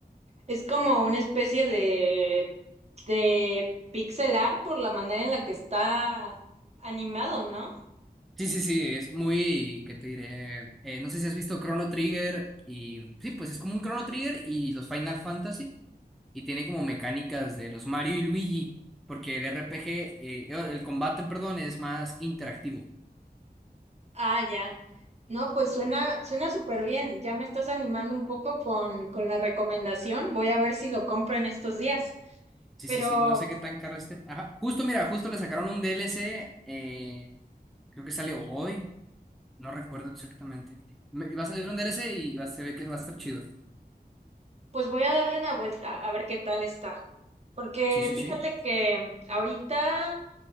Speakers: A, on the right; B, in the centre.
A: Es como una especie de, de pixel art por la manera en la que está animado, ¿no?
B: Sí, sí, sí, es muy, ¿qué te diré? Eh, no sé si has visto Chrono Trigger y sí, pues es como un Chrono Trigger y los Final Fantasy y tiene como mecánicas de los Mario y Luigi, porque el RPG, eh, el combate, perdón, es más interactivo.
A: Ah, ya. No, pues suena, suena súper bien. Ya me estás animando un poco con, con la recomendación. Voy a ver si lo compro en estos días.
B: Sí,
A: Pero
B: sí, sí, no sé qué tan caro esté. Ajá, justo, mira, justo le sacaron un DLC, eh, creo que sale hoy, no recuerdo exactamente. Me- va a salir un DLC y va, se ve que va a estar chido.
A: pues voy a darle una vuelta a ver qué tal está. Porque
B: Sí, sí,
A: fíjate
B: sí,
A: que ahorita